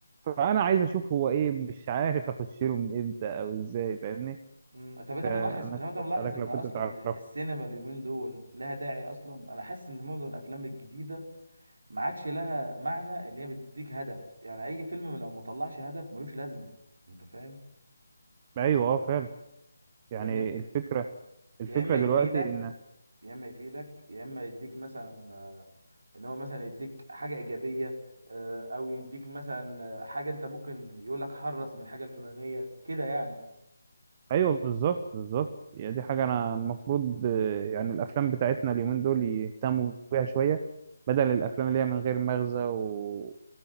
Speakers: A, on the right; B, on the right.
A: فأنا عايز أشوف هو إيه مش عارف أخش له من إمتى أو إزاي فاهمني
B: مم، طب أنت ملاحظ
A: أنا
B: لو
A: كنت
B: أنت ملاحظ
A: بسألك
B: إن
A: لو
B: أصلا
A: كنت بتعرفه
B: السينما اليومين دول لها داعي أصلا أنا حاسس إن معظم الأفلام الجديدة ما عادش لها معنى إن هي بتديك هدف يعني أي فيلم لو مطلعش هدف ملوش لازمة أنت فاهم؟
A: أيوه أه فعلا يعني
B: لأن
A: الفكرة الفكرة
B: يا إما
A: دلوقتي
B: يفيدك
A: إن
B: يا اما يفيدك يا اما يديك مثلا آه، ان هو مثلا يديك حاجه ايجابيه آه، او يديك مثلا آه، حاجه انت ممكن يقول لك حرص من الحاجه الفلانيه كده يعني
A: أيوه بالظبط بالظبط يعني دي حاجة أنا المفروض آه، يعني الأفلام بتاعتنا اليومين دول يهتموا بيها شوية بدل الأفلام اللي هي من غير مغزى و...